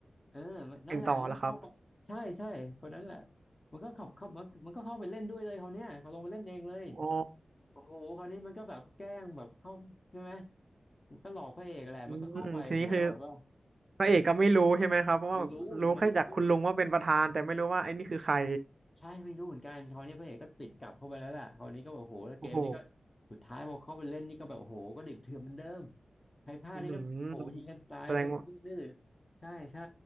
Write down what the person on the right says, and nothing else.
เก่งต่อแล้วครับ
อ๋อ
อืมทีนี้คือพระเอกก็ไม่รู้ใช่ไหมครับเพราะว่ารู้แค่จากคุณลุงว่าเป็นประธานแต่ไม่รู้ว่าไอ้นี่คือใคร
โอ้โห
อืมแสดงว่า